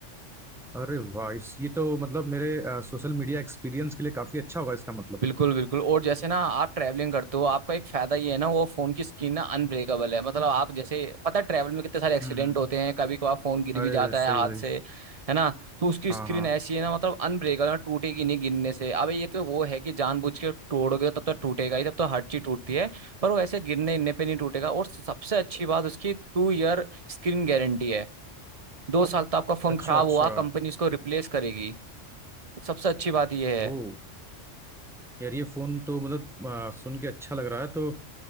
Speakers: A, in the centre; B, on the right.
A: अरे वाह इस ये तो मतलब मेरे अ, सोशल मीडिया एक्सपीरियंस के लिए काफी अच्छा होगा इसका मतलब
B: बिल्कुल बिल्कुल और जैसे ना आप ट्रैवलिंग करते हो आपका एक फायदा ये है ना वो फोन की स्क्रीन ना अनब्रेकेबल है मतलब आप जैसे पता है ट्रैवल में कितने सारे एक्सीडेंट
A: हम्म हम्म
B: होते हैं कभी कभार फोन गिर
A: अरे
B: भी जाता है
A: सही
B: हाथ
A: भाई
B: से है ना तो उसकी
A: हाँ
B: स्क्रीन
A: हाँ
B: ऐसी है ना मतलब अनब्रेकेबल टूटेगी नहीं गिरने से अब ये तो वो है कि जानबूझ के तोड़ोगे तब तो टूटेगा ही तब तो हर चीज टूटती है पर वो ऐसे गिरने गिरने पे नहीं टूटेगा और सबसे अच्छी बात उसकी टू ईयर स्क्रीन गारंटी है दो साल तक आपका फोन
A: अच्छा
B: खराब
A: अच्छा
B: हुआ कंपनी उसको रिप्लेस करेगी सबसे अच्छी बात ये है
A: ओहो यार ये फोन तो मतलब अ, सुन के अच्छा लग रहा है तो